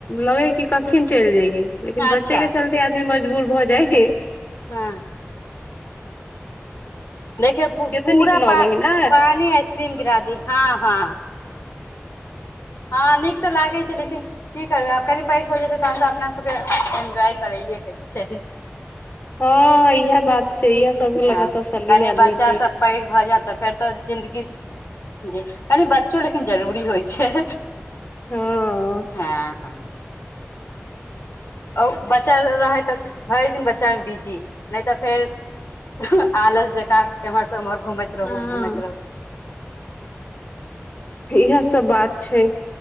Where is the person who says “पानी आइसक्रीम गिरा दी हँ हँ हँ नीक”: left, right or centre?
Left